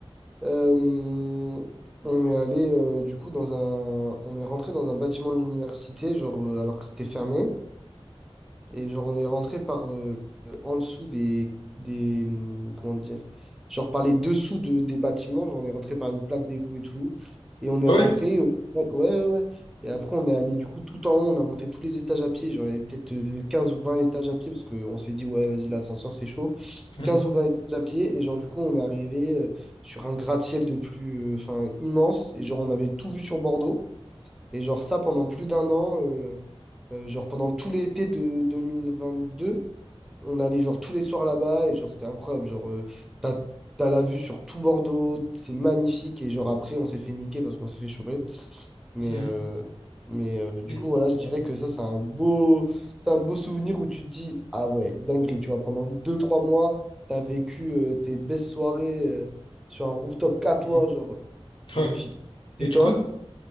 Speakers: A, in the centre; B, on the left.
A: euh, on est allé, euh, du coup, dans un. On est rentré dans un bâtiment de l'université, genre, euh, alors que c'était fermé. Et genre, on est rentré par euh, en dessous des, des. hum, Comment dire? Genre, par les dessous de, des bâtiments. Genre, on est rentré par une plaque d'égout et tout. Et on est
B: Ah
A: rentré.
B: ouais?
A: au- Ouais, ouais, ouais. Et après, on est allé du coup tout en haut. On a monté tous les étages à pied. Genre, il y avait peut-être euh, 15 ou 20 étages à pied parce qu'on s'est dit, ouais, vas-y, l'ascenseur, c'est chaud.
B: Mhm.
A: quinze ou vingt étages à pied. Et genre, du coup, on est arrivé euh, sur un gratte-ciel de plus. euh, Enfin, immense. Et genre, on avait tout vu sur Bordeaux. Et genre ça, pendant plus d'un an, euh, euh, genre pendant tout l'été de deux mille vingt deux on allait genre tous les soirs là-bas et genre c'était incroyable. Genre euh, t'as, t'as la vue sur tout Bordeaux, c'est magnifique. Et genre après, on s'est fait niquer parce qu'on s'est fait choper. Mais,
B: Mhm.
A: euh, mais euh, du
B: Et,
A: coup, voilà, je dirais que ça, c'est un beau, c'est un beau souvenir où tu te dis, ah ouais, dinguerie, tu vois, pendant deux trois mois, t'as vécu euh, tes belles soirées euh, sur un rooftop qu'à toi,
B: mhm.
A: genre, c'est
B: Ouais.
A: magnifique.
B: Et
A: Et
B: du
A: toi?
B: coup,